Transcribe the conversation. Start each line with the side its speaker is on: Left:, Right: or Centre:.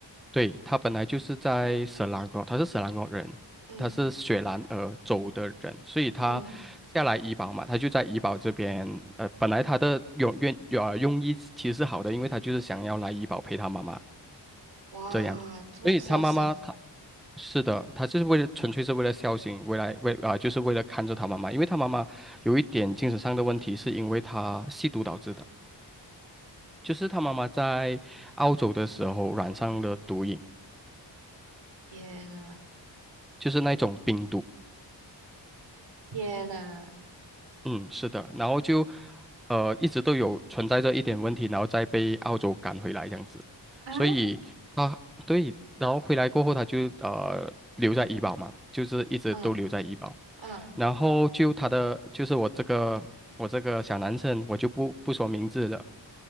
Centre: 对，他本来就是在色兰诺，他是色兰诺人，
Right: 嗯
Centre: 他是雪兰莪州的人，所以他
Right: 嗯，
Centre: 下来怡保嘛，他就在怡保这边。呃，本来他的用愿有呃用意其实是好的，因为他就是想要来怡保陪他妈妈
Right: 哇，
Centre: 这样，
Right: 这么有孝心。
Centre: 所以他妈妈他是的，他就是为了纯粹是为了孝心，为来为啊、就是为了看着他妈妈，因为他妈妈有一点精神上的问题，是因为他吸毒导致的，就是他妈妈在澳洲的时候染上了毒瘾。
Right: 天呐，
Centre: 就是那种冰毒，
Right: 天呐，
Centre: 嗯，是的，然后就呃一直都有存在着一点问题，然后再被澳洲赶回来这样子，
Right: 啊，
Centre: 所以他对，然后回来过后他就呃留在医保嘛，就是一直都留在医保，
Right: 嗯嗯
Centre: 然后就他的就是我这个我这个小男生，我就不不说名字了，